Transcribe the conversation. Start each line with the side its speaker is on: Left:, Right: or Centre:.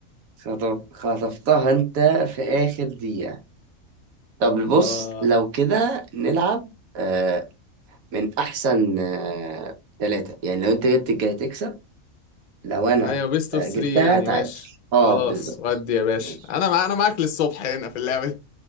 Right: خطف... خطفتها انت في اخر دقيقه طب بص
Left: آه
Right: لو كده نلعب آه من احسن آه ثلاثه يعني لو انت جبت الجاي تكسب لو انا
Left: ايوه بيست
Right: آه
Left: اوف
Right: جبتها
Left: 3 يعني
Right: تعادل
Left: ماشي
Right: اه
Left: خلاص
Right: بالظبط
Left: ودي يا باشا
Right: ماشي
Left: انا مع... انا معاك للصبح هنا في اللعبة دي